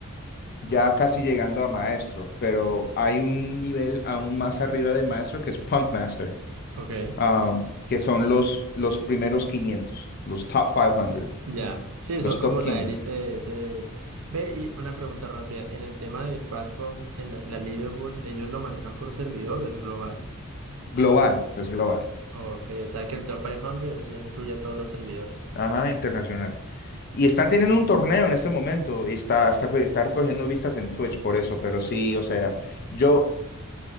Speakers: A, on the left; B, on the right.
A: Ya casi llegando a maestro, pero hay un nivel aún más arriba de maestro que es Punk Master
B: Ok,
A: um, que son los, los primeros quinientos los top 500,
B: ya. Sí,
A: los
B: son como
A: top 15,
B: la élite de ese... Ve, y una pregunta rápida. En el tema de Fratpunk, en la, la leaderboards, ellos lo manejan por servidores global.
A: global, es global,
B: Ok, o sea que el top 500 sí incluye a todos los servidores.
A: ajá, internacional. Y están teniendo un torneo en este momento y está, está, está recogiendo vistas en Twitch por eso, pero sí, o sea, yo,